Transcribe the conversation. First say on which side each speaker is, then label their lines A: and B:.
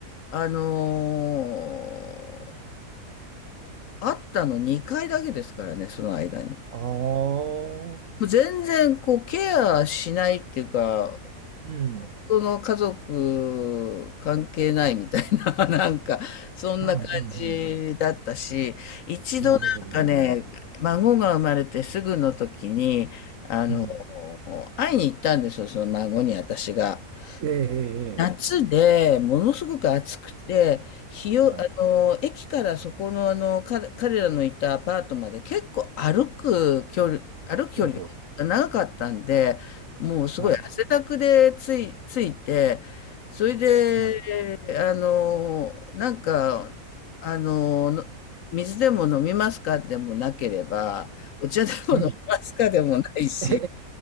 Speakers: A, on the left (about 65°); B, on the right (about 55°).
A: あの会ったの2回だけですからね、その間に。
B: ああ。
A: もう全然こうケアしないっていうか、
B: うん。
A: その家族関係ないみたいな、<laughs> なんか、そんな感じだったし、
B: うん。うん。
A: 一度なんかね、
B: うん。なるほど、なるほど。
A: 孫が生まれてすぐの時に、あの、
B: うん。
A: 会いに行ったんですよ、その孫に私が。
B: ええ、ええ、
A: 夏で、
B: ええ
A: ものすごく暑くて、日を、
B: はい。
A: あの、駅からそこの、あの、か彼らのいたアパートまで結構歩く距離、歩く距離が長かったんで、
B: ほうほ
A: もうすごい汗だくでつい、
B: う。はい。
A: ついて、それで、
B: はい。
A: あの、なんか、あの、の水でも飲みますかでもなければ、お茶でも飲みますかでもないし、
B: うん。え